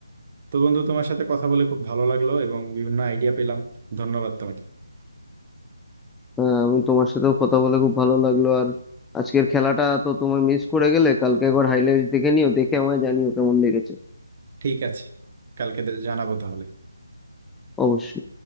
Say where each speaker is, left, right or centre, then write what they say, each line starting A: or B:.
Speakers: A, on the right; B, in the centre.
A: তো বন্ধু তোমার সাথে কথা বলে খুব ভালো লাগলো এবং বিভিন্ন আইডিয়া পেলাম ধন্যবাদ তোমাকে
B: হ্যাঁ আমি তোমার সাথেও কথা বলে খুব ভালো লাগলো আর আজকের খেলাটা তো তুমি মিস করে গেলে কালকে একবার হাইলাইট দেখে নিও দেখে আমায় জানিও কেমন লেগেছে
A: ঠিক আছে কালকে দে- জানাবো তাহলে
B: অবশ্যই